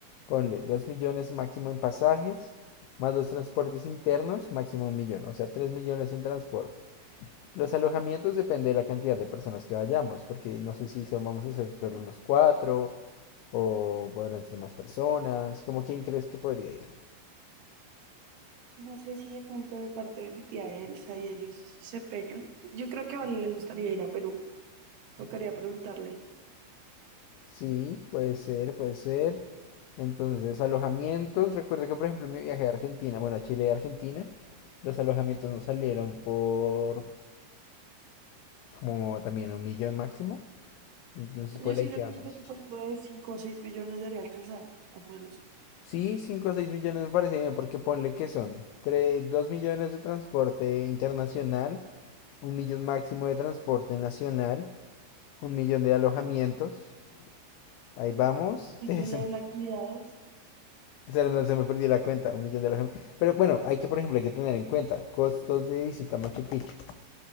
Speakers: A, on the left; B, on the right.
A: ponle 2 millones máximo en pasajes, más los transportes internos, máximo un millón, o sea, 3 millones en transporte. Los alojamientos depende de la cantidad de personas que vayamos, porque no sé si son- vamos a ser solo los cuatro o podrán ser más personas. ¿Cómo quién crees que podría ir?
B: No sé si de pronto de parte de mi tía Elsa y ellos se peguen. Yo creo que a Vale le gustaría ir a Perú. Tocaría preguntarle.
A: Sí, puede ser, puede ser. Entonces, alojamientos. Recuerdo que, por ejemplo, en mi viaje a Argentina, bueno, a Chile y Argentina, los alojamientos nos salieron por como también un millón máximo. Entonces, pues
B: Yo siento
A: ahí quedamos.
B: que un presupuesto de 5 o seis millones debería alcanzar, más o menos.
A: Sí, 5 a 6 millones me parece bien, porque ponle que son tres 2 millones de transporte internacional, un millón máximo de transporte nacional, un millón de alojamientos. Ahí vamos.
B: Millones
A: <laughs>
B: de actividades.
A: Eh, se me, se me se me perdió la cuenta, un millón de alojamientos. Pero bueno, hay que, por ejemplo, hay que tener en cuenta costos de visita a Machu Picchu.